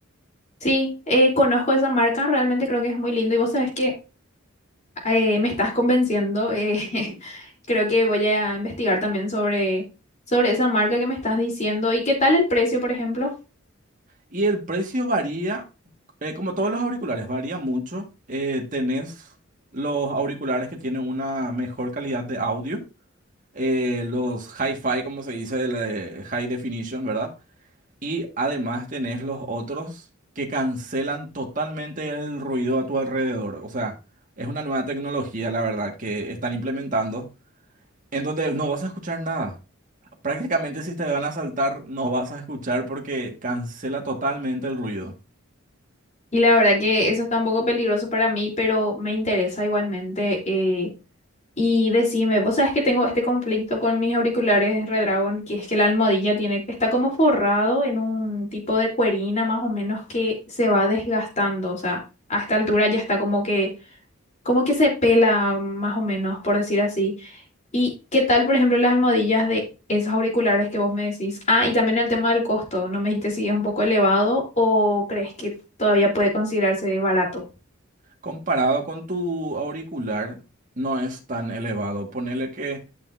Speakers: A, on the left; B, on the right.
A: Sí, eh, conozco esa marca, realmente creo que es muy lindo y vos sabés que eh, me estás convenciendo, eh, <laughs> creo que voy a investigar también sobre, sobre esa marca que me estás diciendo y qué tal el precio, por ejemplo.
B: Y el precio varía, eh, como todos los auriculares, varía mucho. Eh, tenés los auriculares que tienen una mejor calidad de audio, eh, los hi-fi, como se dice, de la- de high definition, ¿verdad? Y además tenés los otros que cancelan totalmente el ruido a tu alrededor. O sea, es una nueva tecnología, la verdad, que están implementando, en donde no vas a escuchar nada. Prácticamente si te van a saltar no vas a escuchar porque cancela totalmente el ruido.
A: Y la verdad que eso está un poco peligroso para mí, pero me interesa igualmente. eh, y decime, vos sabés que tengo este conflicto con mis auriculares Redragon, que es que la almohadilla tiene, está como forrado en un tipo de cuerina más o menos que se va desgastando. O sea, a esta altura ya está como que, como que se pela más o menos, por decir así. ¿Y qué tal, por ejemplo, las almohadillas de esos auriculares que vos me decís? Ah, y también el tema del costo. ¿No me dijiste si es un poco elevado o crees que todavía puede considerarse barato?
B: Comparado con tu auricular, no es tan elevado. Ponele que